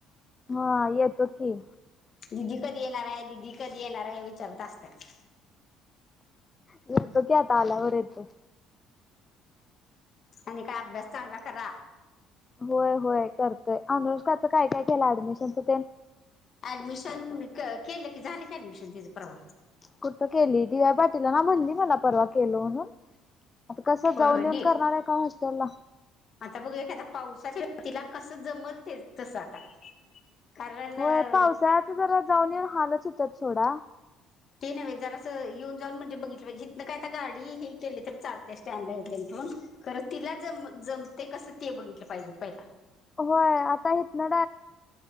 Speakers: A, on the left; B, on the left.
A: हा.. येतो की.
B: दीदी कधी येणार हाय? दीदी कधी येणार हाय? विचारत असत्यात.
A: मी येतो की आता आल्यावर येतो.
B: आणि काय अभ्यास चांगला करा.
A: होय.. होय.. करतय. अनुष्काच काय काय केला ऍडमिशनच ते?
B: ऍडमिशन केल की.. झाल की ऍडमिशन तिच परवा
A: कुठ केली? दिव्या बातिला. हा म्हणली मला परवा केल. म्हणून.. आता कसं
B: होय..
A: जाऊन
B: होय.
A: येऊन
B: लिही.
A: करणार आहे का हॉस्टेलला
B: आता बघा एखाद्या पावसाच्या तिला कसं जमल ते.. तस आता? कारण
A: होय.. पावसाळ्याच जरा जाऊन येऊन हालच होतात सोडा?
B: ते नव्हे. जरास येऊन जाऊन म्हणजे बघितल पाहिजेत. एकमेका गाडी हे केली तर चालते स्टँड ला येते. खरं तिला जम जमते कस? ते बघितल पाहिजे पहिल?
A: होय आता इथनं